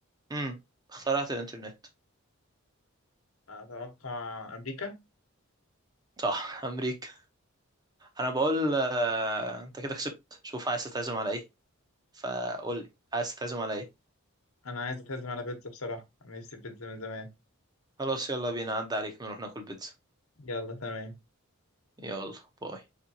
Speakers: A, on the right (about 20°); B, on the left (about 75°).
A: امم اخترعت الانترنت
B: اتوقع امريكا
A: صح <laughs> امريكا انا بقول آه، انت كده كسبت شوف عايز تتعزم على ايه فقول لي عايز تتعزم على ايه
B: انا عايز اتهزم على بيتزا بصراحه انا نفسي في بيتزا من زمان
A: خلاص يلا بينا عدى عليك نروح ناكل بيتزا
B: يلا تمام
A: يلا باي